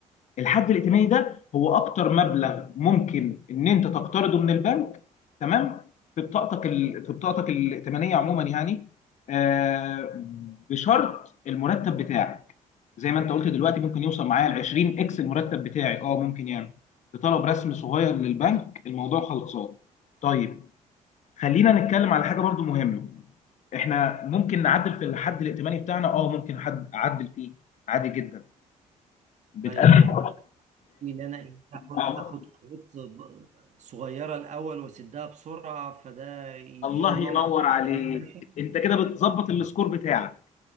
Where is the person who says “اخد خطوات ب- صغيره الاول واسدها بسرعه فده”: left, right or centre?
Right